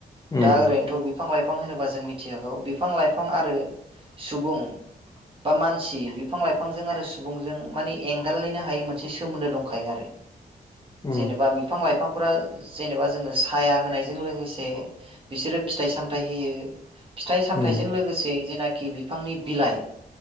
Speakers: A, on the left; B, on the right.
A: उम
B: दा ओरैनथ' <unintelligible> फां लाइफां होनोबा जों मिथिखागौ बिफां लाइफां आरो सुबुं बा मानसि बिफां लाइफांजों आरो सुबुंजों माने एंगारलायनो हायै मोनसे सोमोन्दो दंखायो आरो
A: उम
B: जेनेबा बिफां लाइ फांफोरा जेनेबा जोंनो साया होनायजों लोगोसे बिसोरो फिथाइ सामथाइ होयो फिथाइ सामथाइजों
A: उम
B: लोगोसे जेनाखि बिफांनि बिलाइ